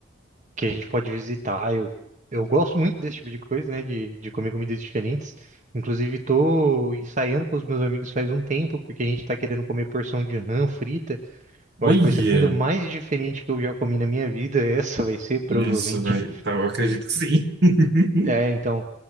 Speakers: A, on the right; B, on the right.
A: que a gente pode visitar. Eu, eu gosto muito desse tipo de coisa, né, de, de comer comidas diferentes. Inclusive tô ensaiando com os meus amigos faz um tempo, porque a gente tá querendo comer porção de rã frita. Eu
B: Olha!
A: acho que vai ser a comida mais diferente que eu já comi na minha vida. <laughs> Essa vai ser, provavelmente.
B: Nossa, velho. Tá, eu acredito que sim. <laughs>
A: É, então,